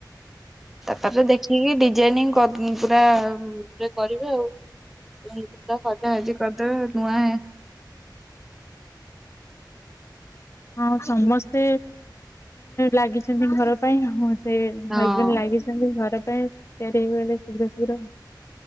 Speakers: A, in the centre; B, on the left.
A: ତାପରେ ଦେଖିକି ଡିଜାଇନିଂ ପୁରା କରିବେ ଆଉ। ପୁରା ସଜା ସୁଜି କରିଦେବେ ନୂଆ
B: ହଁ ସମସ୍ତେ ଲାଗିଛନ୍ତି ଘର ପାଇଁଁ ସେ
A: ହଁ
B: ହଜବେଣ୍ଡ ଲାଗି ଘର ପାଇଁ ତିଆରି ହେ ଏବେ ଶୀଘ୍ର ଶୀଘ୍ର